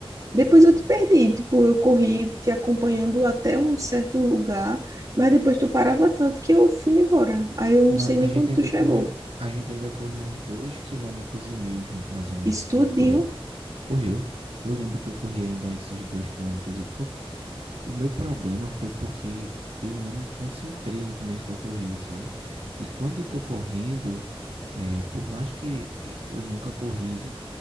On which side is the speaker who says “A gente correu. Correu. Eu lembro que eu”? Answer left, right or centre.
Right